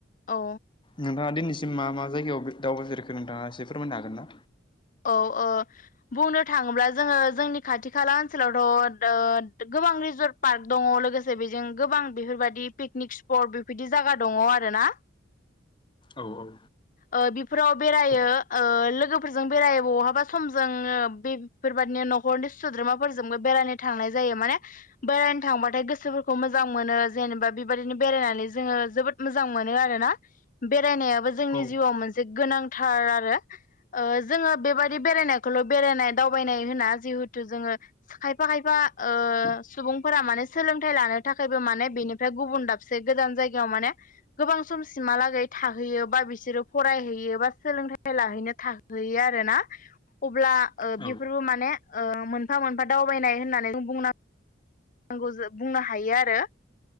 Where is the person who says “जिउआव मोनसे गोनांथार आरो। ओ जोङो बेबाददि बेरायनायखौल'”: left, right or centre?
Left